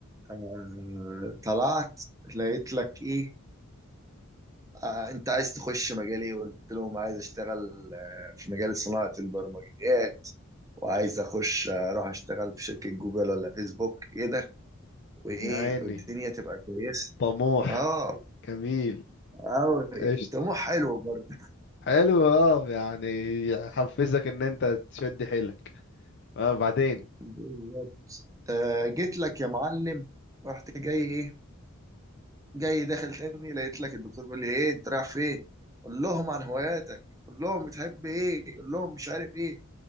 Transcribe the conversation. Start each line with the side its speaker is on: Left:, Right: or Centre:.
Right: آه طلعت لقيت لك ايه آه انت عايز تخش مجال ايه قلت لهم عايز اشتغل آه، في مجال صناعه البرمجيات وعايز اخش آه، اروح اشتغل في شركه جوجل ولا فيسبوك ايه ده وايه
Left: يا عيني
Right: والدنيا تبقى كويسه
Left: طموح
Right: اه
Left: جميل
Right: قوي
Left: قشطه
Right: طموح حلو برضه
Left: حلو اه يعني يحفزك ان انت تشد حيلك اه وبعدين
Right: <laughs> بالظبط آه جيت لك يا معلم رحت جاي ايه جاي داخل تاني لقيت لك الدكتور بيقول لي ايه انت رايح فين قول لهم عن هواياتك قول لهم بتحب ايه قول لهم مش عارف ايه